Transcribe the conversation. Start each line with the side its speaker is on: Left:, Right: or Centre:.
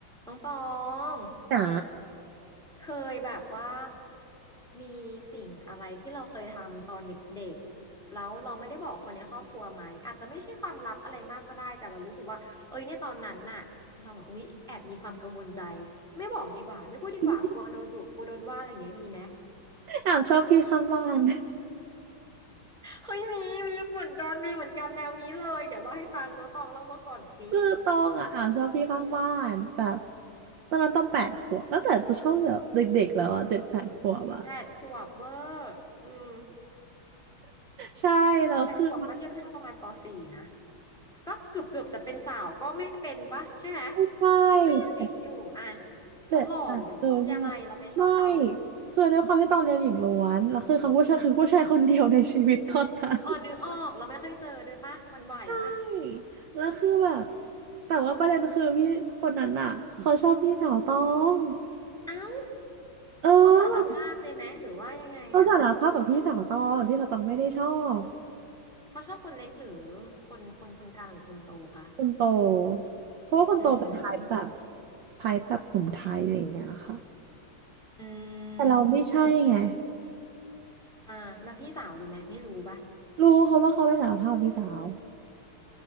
Centre: น้องตอง
Right: จ๋า
Centre: เคยแบบว่ามีสิ่งอะไรที่เราเคยทำตอนเด็กๆแล้วเราไม่ได้บอกคนในครอบครัวไหมอาจจะไม่ใช่ความลับอะไรมากก็ได้แต่เรารู้สึกว่าเอ้ยในตอนนั้นน่ะเราแบบอุ๊ยแอบมีความกังวลใจไม่บอกดีกว่าไม่พูดดีกว่ากลัวโดนดุกลัวโดนว่าอะไรอย่างเงี้ยมีไหม
Right: <laughs> อาวชอบพี่ข้างบ้าน
Centre: เฮ้ยมีมีเหมือนกันมีเหมือนกันแนวนี้เลยเดี๋ยวเล่าให้ฟังน้องตองเล่ามาก่อนสิ
Right: <laughs> คือตองอ่ะอาวชอบพี่ข้างบ้านแบบตอนนั้นต้องแปดขวบตั้งแต่ตัวช่วงแบบเด็กๆแล้วอ่ะเจ็ดแปดขวบอ่ะ
Centre: แปดขวบเวอร์อืม
Right: ใช่แล้วคือ
Centre: แปดขวบก็เทียบเท่าประมาณปสี่นะ ก็เกือบเกือบจะเป็นสาวก็ไม่เป็นปะใช่ไหม
Right: ใช่
Centre: มันก็ยังเด็กอยู่อ่ะเขาหล่อหรือเขาอะไรเราไปชอบเขา
Right: เจ็ดแปดเออใช่ไม่คือด้วยความที่ตองเรียนหญิงล้วนแล้วคือเขาผู้ชายคือผู้ชายคนเดียวในชีวิตตอนนั้น <laughs>
Centre: อ๋อนึกออกเราไม่ค่อยเจอด้วยปะหวันไหวปะ
Right: ใช่แล้วคือแบบแต่ว่าประเด็นคือพี่คนนั้นอ่ะเขาชอบพี่สาวตอง
Centre: เอ้า
Right: เออ
Centre: เขาสารภาพเลยไหมหรือว่ายังไงอ่ะ
Right: เขาสารภาพกับพี่สาวตองแต่พี่สาวตองไม่ได้ชอบ
Centre: เขาชอบคนเล็กหรือคนคนคนกลางหรือคนโตคะ
Right: คนโตเพราะว่าคนโตเป็นไทป์แบบ
Centre: อืม
Right: ไทป์แบบหนุ่มไทยอะไรอย่างเงี้ยค่ะ
Centre: อื
Right: แต่เราไม่ใช่ไง
Centre: มอ่าแล้วพี่สาวรู้ไหมไม่รู้ปะ
Right: รู้เขาว่าเขาไปสารภาพกับพี่สาว